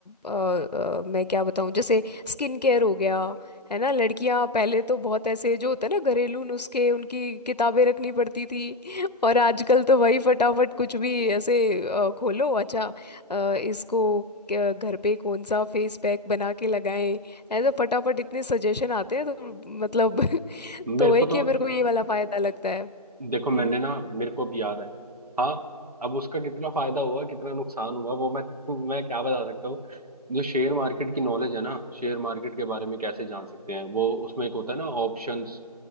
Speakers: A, on the left; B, on the right.
A: अ, मैं क्या बताऊँ जैसे स्किन केयर हो गया है ना लड़कियाँ पहले तो बहुत ऐसे जो होता है ना घरेलू नुस्खे उनकी किताबें रखनी पड़ती थी <laughs> और आजकल तो वही फटाफट कुछ भी ऐसे अ, खोलो अच्छा अ, इसको क्या- घर पे कौन सा फेस पैक बना के लगाएं ऐसे फटाफट इतने सजेशन आते हैं तो मतलब <laughs>
B: मेरे
A: तो एक
B: को तो
A: ये मेरे को ये वाला फायदा लगता है हम्म
B: देखो मैंने ना मेरे को भी याद है हाँ अब उसका कितना फायदा हुआ कितना नुकसान हुआ वो मैं <laughs> मैं क्या बता सकता हूँ जो शेयर मार्केट की नॉलेज है ना शेयर मार्केट के बारे में कैसे जान सकते हैं वो उसमें एक होता है ना ऑप्शंस